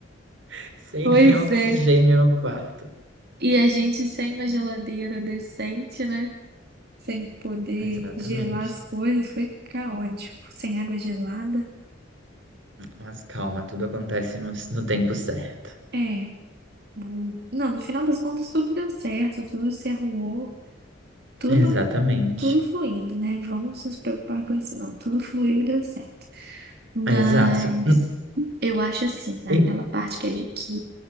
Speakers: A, on the right; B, on the right.
A: <laughs> sem
B: pois
A: nem oxigênio
B: é.
A: no quarto.
B: E a gente sem uma geladeira decente, né? Sem poder
A: Exatamente.
B: gelar as coisas, foi caótico. Sem água gelada.
A: Mas calma, tudo acontece no, no tempo certo.
B: É. hum, Não, no final das contas tudo deu certo, tudo se arrumou. tudo,
A: Exatamente.
B: tudo fluindo, né? Vamos nos preocupar com isso, não. Tudo fluiu e deu certo. Mas
A: Exato. Hum,
B: eu acho assim, aquela
A: e-
B: parte que, é de- que